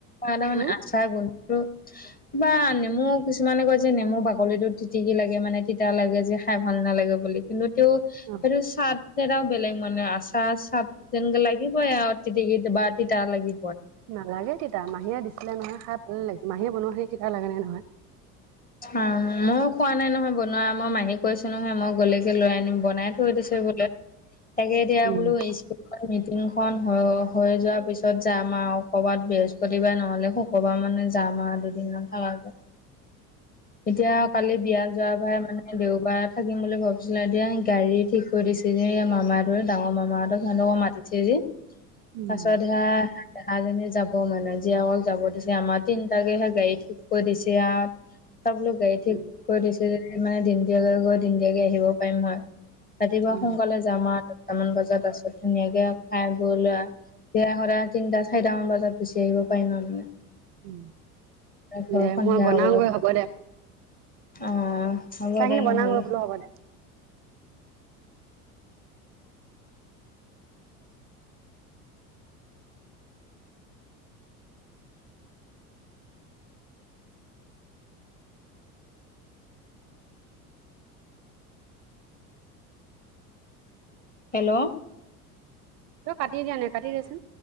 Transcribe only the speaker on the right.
উম
অ
নালাগে তেতিতা মাহীয়ে দিছিলে নহয় খাই ভাল লাগিছিল মাহীয়ে বনোৱা সেই কিবা লাগে নে নহয়।
উম
<unintelligible>
উম
উম
উম
উম
দে মই
বনাওঁগৈ
দে
চাহখিনি
বনাওঁগৈ বোলো হ'ব দে
তই কাটি দিয়া নাই কাটি দেচোন।